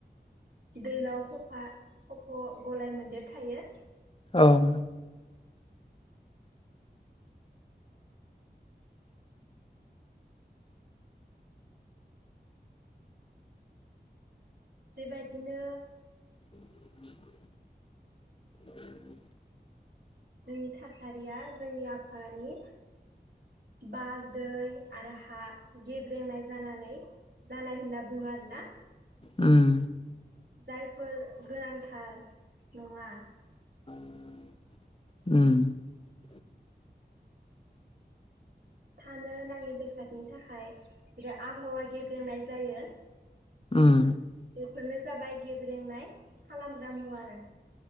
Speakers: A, on the right (about 65°); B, on the left (about 30°).
A: दैलाव खफा खफ' गलाय मोन्देर थायो
B: औ
A: बेबायदिनो
B: <inaudible>
A: जोंनि थासारिया जोंनि आबहावानि बार दै आरो हा गेब्रेंनाय जानानै जानाय होनना बुंङो आरोना
B: उम
A: जाइ फोर गोनांथार नंङा
B: <inaudible>
A: थानो नाङि बेसादनि थाखाय बि आबहावा गेब्रेंनाय जायो
B: उम
A: बेफोरनो जाबाय गेब्रेंनाय खालामग्रा मुवा आरो।